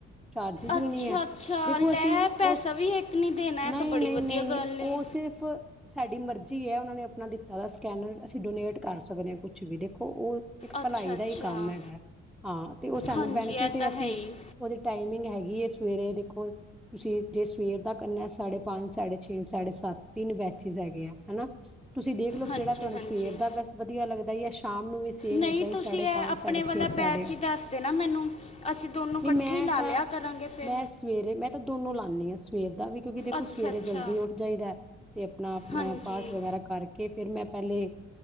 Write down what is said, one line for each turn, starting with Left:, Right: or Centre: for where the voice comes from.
Centre: ਚਾਰਜਿਸ
Left: ਅੱਛਾ
Centre: ਵੀ ਨਹੀਂ ਐ।
Left: ਅੱਛਾ
Centre: ਦੇਖੋ
Left: ਲੈ
Centre: ਅਸੀਂ
Left: ਪੈਸਾ
Centre: ਉਸ
Left: ਵੀ ਇੱਕ ਨਹੀਂ ਦੇਣਾ
Centre: ਨਹੀਂ
Left: ਇਹ ਤਾਂ ਬੜੀ
Centre: -ਨਹੀਂ
Left: ਵਧੀਆ
Centre: -ਨਹੀਂ
Left: ਗੱਲ ਹੈ
Centre: ਉਹ ਸਿਰਫ। ਸਾਡੀ ਮਰਜ਼ੀ ਏ ਉਹਨਾਂ ਨੇ ਆਪਣਾ ਦਿੱਤਾ ਦਾ ਸਕੈਨਰ ਅਸੀਂ ਡੋਨੇਟ ਕਰ ਸਕਦੇ ਹਾਂ ਕੁਛ ਵੀ ਦੇਖੋ ਉਹ। ਇੱਕ
Left: ਅੱਛਾ
Centre: ਭਲਾਈ
Left: ਅੱਛਾ
Centre: ਦਾ ਹੀ ਕੰਮ ਹੈਗਾ ਹਾਂ ਤੇ ਉਹ ਸਾਨੂੰ
Left: ਹਾਂਜੀ
Centre: ਬੈਨੀਫਿਟ
Left: ਇਹ ਤਾਂ
Centre: ਅਸੀਂ
Left: ਹੈ ਹੀ
Centre: ਉਹਦੇ ਟਾਈਮ ਹੈਗੀ ਸਵੇਰੇ ਦੇਖੋ। ਤੁਸੀਂ ਜੇ ਸਵੇਰ ਦਾ ਕੰਨਾ ਸਾਢੇ ਪੰਜ, ਸਾਢੇ ਛੇ, ਸਾਢੇ ਸੱਤ ਤਿੰਨ ਬੈਚਿਸ ਹੈਗੇ ਆ ਹਨਾ। ਤੁਸੀਂ ਦੇਖ ਲਓ
Left: ਹਾਂਜੀ
Centre: ਕਿਹੜਾ ਤੁਹਾਨੂੰ
Left: ਹਾਂਜੀ
Centre: ਸਵੇਰ ਦਾ ਬਸ ਵਧੀਆ ਲੱਗਦਾ ਹੈ ਸ਼ਾਮ ਨੂੰ ਵੀ ਸੇਮ
Left: ਨਹੀਂ
Centre: ਏਦਾਂ ਹੀ
Left: ਤੁਸੀਂ
Centre: ਸਾਢੇ
Left: ਇਹ
Centre: ਪੰਜ।
Left: ਆਪਣੇ
Centre: ਸਾਢੇ
Left: ਵਾਲਾ
Centre: ਛੇ ਸਾਢੇ
Left: ਬੈਚ
Centre: ਅੱਠ
Left: ਹੀ ਦੱਸਦੇ ਨਾ ਮੈਨੂੰ ਅਸੀਂ ਦੋਨੋ ਇਕੱਠੇ
Centre: ਨਹੀਂ ਮੈਂ
Left: ਹੀ ਲਾ
Centre: ਤਾਂ
Left: ਲਿਆ ਕਰਾਂਗੇ ਫੇਰ।
Centre: ਮੈਂ ਸਵੇਰੇ ਮੈਂ ਤਾਂ ਦੋਨੋ ਲਾਦੀ ਆ ਸਵੇਰ ਦਾ ਵੀ। ਕਿਉਂਕਿ ਦੇਖੋ
Left: ਅੱਛਾ
Centre: ਸਵੇਰੇ
Left: ਅੱਛਾ
Centre: ਜਲਦੀ ਉੱਠ ਜਾਈਦਾ ਤੇ ਆਪਣਾ -ਆਪਣਾ
Left: ਹਾਂਜੀ
Centre: ਪਾਠ ਵਗੈਰਾ ਕਰਕੇ। ਕੇ ਫੇਰ ਮੈਂ ਪਹਿਲੇ